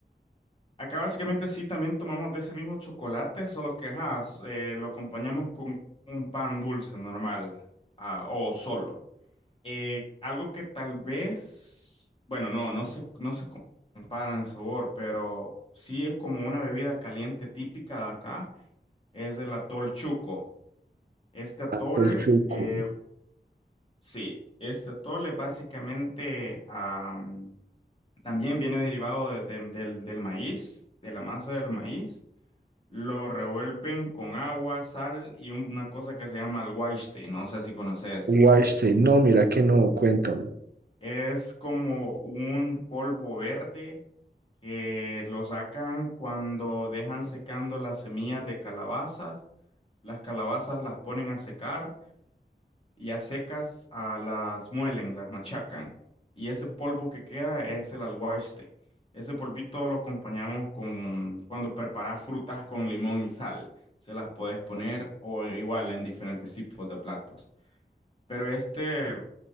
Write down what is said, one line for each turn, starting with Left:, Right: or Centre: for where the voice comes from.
Left: Acá básicamente sí, también tomamos de ese mismo chocolate, solo que ajá, s- eh, lo acompañamos con un pan dulce normal ah, o solo. Eh, algo que tal vez, bueno, no, no se, no se compara en sabor, pero sí es como una bebida caliente típica de acá, es el atol chuco. Este atol,
Right: tanto el chuco,
Left: eh, sí, este atol es básicamente, am, también viene derivado de- de- del, del maíz, de la masa del maíz. Lo revuelven con agua, sal y una cosa que se llama el alguaiste, no sé si conoces.
Right: guache, no, mira que no, cuéntame.
Left: Es como un polvo verde que lo sacan cuando dejan secando las semillas de calabazas. Las calabazas las ponen a secar y a secas ah, las muelen, las machacan. Y ese polvo que queda es el alguaiste. Ese polvito lo acompañamos con cuando preparas frutas con limón y sal. Se las puedes poner o igual en diferentes tipos de platos. Pero este,